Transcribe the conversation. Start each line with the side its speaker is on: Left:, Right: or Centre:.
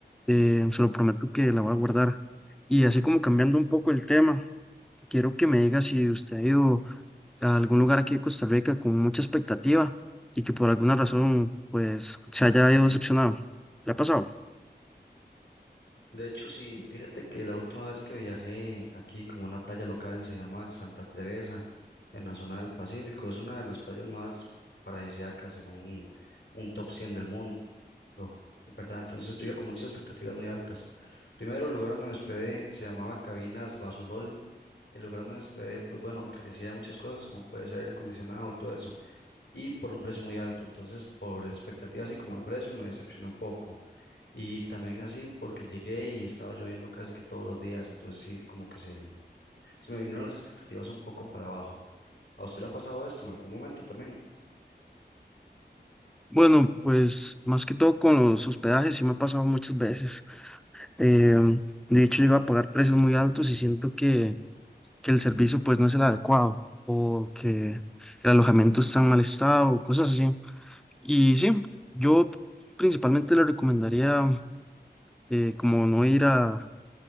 Centre: eh, se lo prometo que la voy a guardar. Y así como cambiando un poco el tema, quiero que me diga si usted ha ido a algún lugar aquí de Costa Rica con mucha expectativa y que por alguna razón, pues, se haya ido decepcionado. ¿Le ha pasado?
Left: De hecho, sí, fíjate que la última vez que viajé aquí como a una playa local se llama Santa Teresa, en la zona del Pacífico. Es una de las playas más paradisíacas según un top 100 del mundo. ¿no? ¿verdad? Entonces yo iba con muchas expectativas muy altas. Primero, el lugar donde me hospedé se llamaba Cabinas Basulol. El lugar donde me hospedé, pues bueno, carecía de muchas cosas, como puede ser aire acondicionado y todo eso, y por un precio muy alto. Entonces, por expectativas y como de precios, me decepcionó un poco. Y también así porque llegué y estaba lloviendo casi que todos los días, entonces sí, como que se, se me vinieron las expectativas un poco para abajo. ¿A usted le ha pasado esto en algún momento también?
Centre: Bueno, pues más que todo con los hospedajes, sí me ha pasado muchas veces. Eh, de hecho, llego a pagar precios muy altos y siento que, que el servicio pues no es el adecuado o que el alojamiento está en mal estado o cosas así. Y sí, yo principalmente le recomendaría eh, como no ir a,